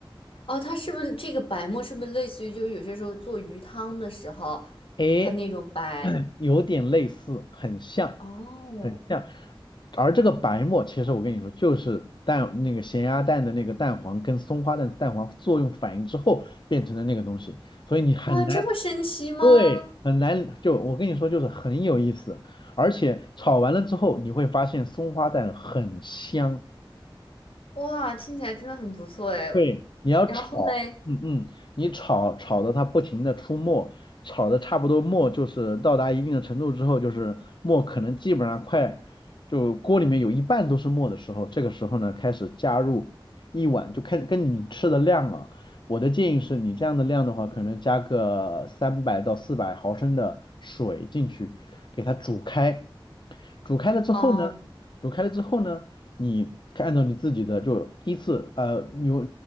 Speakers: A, on the left (about 85°); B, on the left (about 60°).
A: 哦，它是不是这个白沫是不是类似于就是有些时候做鱼汤的时候，
B: 哎，
A: 它那种白？
B: <clears throat> 有点类似，很像，
A: 哦，
B: 很像。而这个白沫，其实我跟你说，就是蛋那个咸鸭蛋的那个蛋黄跟松花蛋的蛋黄作用反应之后变成的那个东西，所以你很难，
A: 哇，这么神奇吗？
B: 对，很难。就我跟你说，就是很有意思，而且炒完了之后，你会发现松花蛋很香。
A: 哇，听起来真的很不错哎。
B: 对，
A: 我然后嘞，
B: 你要炒，嗯嗯，你炒炒的它不停的出沫，炒的差不多沫就是到达一定的程度之后，就是沫可能基本上快就锅里面有一半都是沫的时候，这个时候呢开始加入一碗，就开始跟你吃的量啊，我的建议是你这样的量的话，可能加个三百到四百毫升的水进去，给它煮开，煮开了之后呢，
A: 哦，
B: 煮开了之后呢。你按照你自己的就依次呃，有